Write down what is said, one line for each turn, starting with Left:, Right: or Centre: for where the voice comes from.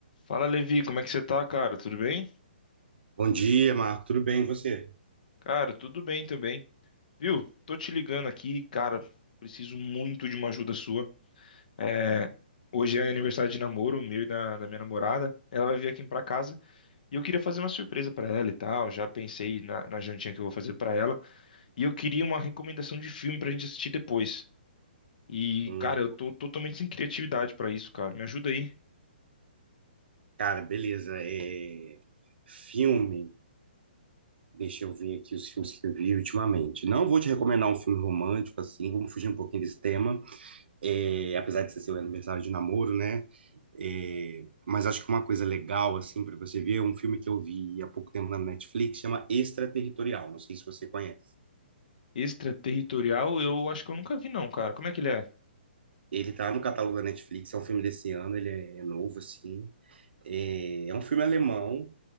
Left: Fala, Levi, como é que você tá, cara? Tudo bem?
Right: Bom dia, Marco. Tudo bem, e você?
Left: Cara, tudo bem também. Viu? Tô te ligando aqui, cara. Preciso muito de uma ajuda sua. É, hoje é aniversário de namoro meu e da, da minha namorada. Ela vai vir aqui pra casa e eu queria fazer uma surpresa pra ela e tal. Já pensei na, na jantinha que eu vou fazer pra ela. E eu queria uma recomendação de filme pra gente assistir depois. E,
Right: Hum,
Left: cara, eu tô totalmente sem criatividade pra isso, cara. Me ajuda aí.
Right: cara, beleza. É... Filme. Deixa eu ver aqui os filmes que eu vi ultimamente. Não vou te recomendar um filme romântico, assim, vamos fugir um pouquinho desse tema. É, Apesar de ser seu aniversário de namoro, né? É, Mas acho que uma coisa legal, assim, para você ver, é um filme que eu vi há pouco tempo na Netflix, chama Extraterritorial. Não sei se você conhece.
Left: Extraterritorial, eu acho que eu nunca vi, não, cara. Como é que ele é?
Right: Ele tá no catálogo da Netflix, é um filme desse ano, ele é é novo, assim. É, é um filme alemão